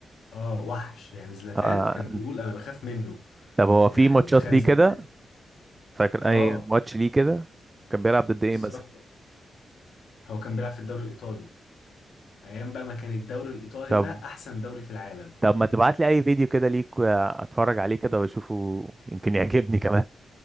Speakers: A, on the left; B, on the right.
A: اه وحش يعني زلاتان
B: آه.
A: كان بيقول انا بخاف منه
B: طب هو
A: يعني
B: في ماتشات
A: تخيل
B: ليه
A: زلاتان
B: كده فاكر
A: اه
B: اي ماتش ليه كده كان بيلعب ضد
A: بالظبط
B: ايه مثلا
A: هو كان بيلعب في الدوري الايطالي ايام بقى ما كان الدوري الايطالي
B: طب
A: ده احسن دوري في العالم
B: طب ما تبعت لي اي فيديو كده ليك آه، اتفرج عليه كده واشوفه يمكن يعجبني كمان